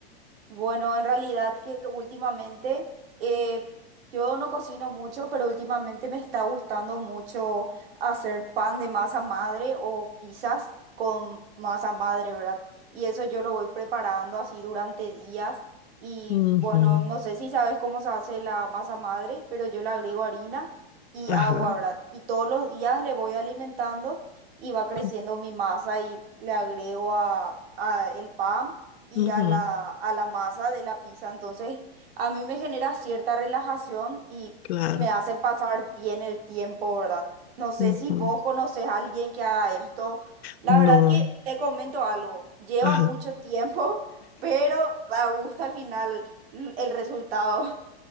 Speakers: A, on the right; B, on the left.
A: bueno, en realidad que últimamente eh, yo no cocino mucho, pero últimamente me está gustando mucho hacer pan de masa madre o pizzas con masa madre, ¿verdad? Y eso yo lo voy preparando así durante días. Y
B: Ujú,
A: bueno, no sé si sabes cómo se hace la masa madre, pero yo le agrego harina y
B: Ajá.
A: agua, ¿verdad? Y todos los días le voy alimentando y va creciendo
B: <clears throat>
A: mi masa y le agrego a, a el pan. y
B: ujú.
A: a la, a la masa de la pizza. Entonces, a mí me genera cierta relajación y
B: Claro.
A: me hace pasar bien el tiempo, ¿verdad? No sé
B: Ujú.
A: si vos conoces a alguien que haga esto. La
B: No.
A: verdad que te comento algo, lleva
B: Ajá.
A: mucho tiempo, <laughs> pero da gusto al final l- el resultado.